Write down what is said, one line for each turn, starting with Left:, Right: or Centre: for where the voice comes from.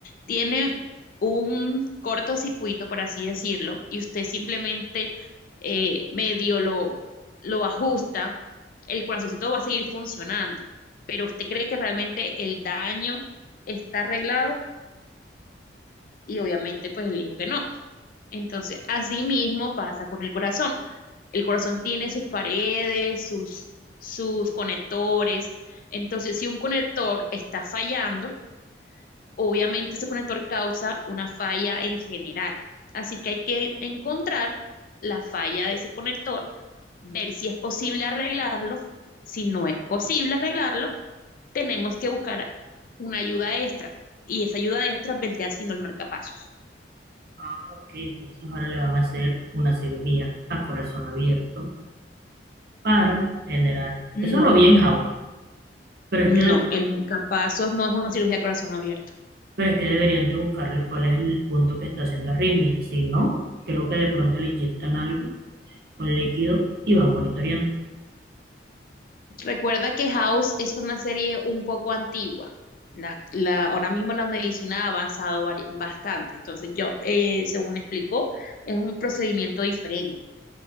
Left: tiene un cortocircuito, por así decirlo, y usted simplemente eh, medio lo, lo ajusta, el corazoncito va a seguir funcionando, pero usted cree que realmente el daño está arreglado y obviamente pues él dijo que no. Entonces, así mismo pasa con el corazón. El corazón tiene sus paredes, sus, sus conectores. Entonces, si un conector está fallando, obviamente ese conector causa una falla en general. Así que hay que encontrar la falla de ese conector, ver si es posible arreglarlo. Si no es posible arreglarlo, tenemos que buscar una ayuda extra y esa ayuda extra vendría siendo el marcapasos.
Right: Ah, ok. Entonces ahora le van a hacer una cirugía a corazón abierto para generar.
Left: No,
Right: Eso lo vi en How. Pero
Left: no,
Right: es que, de-
Left: el marcapasos no es una cirugía de corazón abierto.
Right: pero es que deberían de buscarle cuál es el punto que está haciendo arritmia. Si no, creo que de pronto le inyectan algo, un líquido, y van monitoreando.
Left: Recuerda que House es una serie un poco antigua. La, la, ahora mismo la medicina ha avanzado vari- bastante. Entonces, yo, eh, según explicó, es un procedimiento diferente.